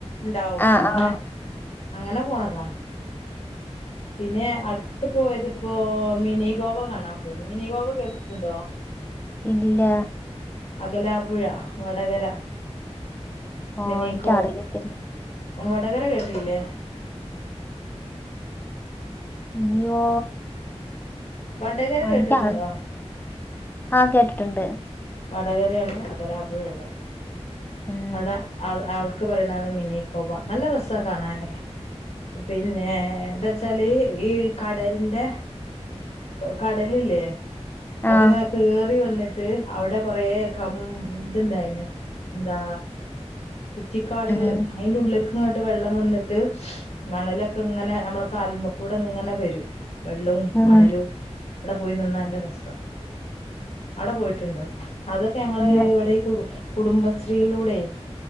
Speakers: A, on the left; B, on the left.
A: ണ്ടാവും
B: ആഹ്
A: ഞങ്ങളെ
B: ആഹ്
A: അങ്ങനെ പോണതാ പിന്നെ അട്ത്ത് പോയത്പ്പോ മിനി ഗോവ കാണാൻ പോയി. മിനി ഗോവ കേട്ട്ട്ട്ണ്ടോ?
B: ഇല്ല
A: അകലാപ്പുഴ വടകര
B: ഓ
A: മിനിഗോവ
B: എനിക്കറിയത്തില്ല
A: വടകര കേട്ടീല്ലേ
B: ന്യോ
A: വടകര
B: ആ <unintelligible>
A: കേട്ടിട്ടുണ്ടോ
B: ആഹ് കേട്ടിട്ടുണ്ട്
A: വടകരേണ് അകലാപ്പുഴള്ളത്.
B: ഉം
A: അടെ <unintelligible> ക്ക് പറേണതാ മിനീ കോവ നല്ല രസാ കാണാന് പിന്നെ എന്താ ച്ചാല് ഈ കടലിന്റെ കടലില്ലേ അത്ങ്ങനെ
B: ആഹ്
A: കേറി വന്ന്ട്ട് അവടെ കൊറേ <unintelligible> ത്ണ്ടായിലെ ന്താ കുറ്റിക്കാട്കള്
B: ഉം
A: അയിന്റെ ഉള്ള്ക്ക്ങ്ങട്ട് വെള്ളം വന്ന്ട്ട് മണല് ക്ക്ങ്ങനെ ഞമ്മളെ കാല്മ്മകൂടെങ്ങനെ വരും വെള്ളും
B: ഉം
A: മണലും പോയി നിന്നാ നല്ല രസാ അവടെ പോയിട്ട്ണ്ടോ അതൊക്കെ ഞങ്ങള്
B: ഇല്ല
A: ഇവടെ ഈ കുടു കുടുംബ ശ്രീയിലൂടെ